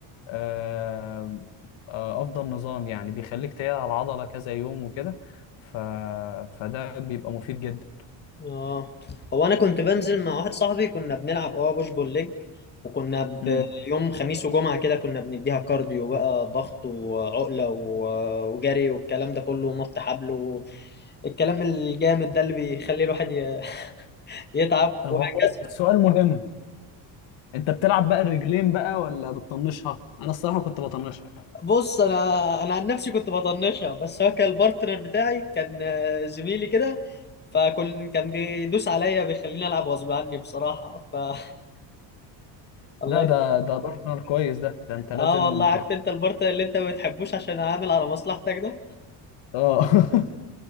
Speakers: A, on the left; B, on the left.
A: آه آه افضل نظام يعني بيخليك تقعد على العضله كذا يوم وكده ف... فده بيبقى مفيد جدا
B: اه هو انا كنت بنزل مع واحد صاحبي كنا بنلعب اه بوش بول ليج وكنا ب-
A: مم.
B: يوم خميس وجمعة كده كنا بنديها كارديو بقى ضغط وعقلة و- وجري والكلام ده كله ونط حبل والكلام الجامد ده اللي بيخلي الواحد ي- <laughs> يتعب
A: طب
B: وهكذا
A: هو سؤال مهم انت بتلعب بقى الرجلين بقى ولا بتطنشها انا الصراحه كنت بطنشها
B: بص انا انا عن نفسي كنت بطنشها بس هو كان البارتنر بتاعي كان آه، زميلي كده فكان كان بيدوس عليا بيخليني العب غصب عني بصراحه ف <laughs> الله
A: ده
B: ي-
A: ده ده بارتنر كويس ده ده انت لازم
B: اه والله عارف
A: تحط
B: انت البارتنر اللي انت ما بتحبوش عشان عامل على مصلحتك ده
A: اه <laughs>